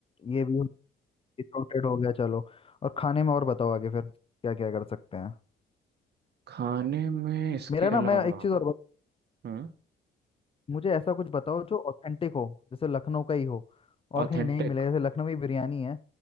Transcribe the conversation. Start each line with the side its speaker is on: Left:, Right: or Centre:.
Left: ये भी सॉर्टेड हो गया चलो और खाने में और बताओ आगे फिर क्या क्या कर सकते हैं
Right: खाने में इसके
Left: मेरा ना
Right: अलावा
Left: मैं एक चीज़ और बत,
Right: हम्म
Left: मुझे ऐसा कुछ बताओ जो ऑथेंटिक हो जैसे लखनऊ का ही हो और
Right: ऑथेंटिक
Left: कहीं नहीं मिले जैसे लखनवी बिरयानी है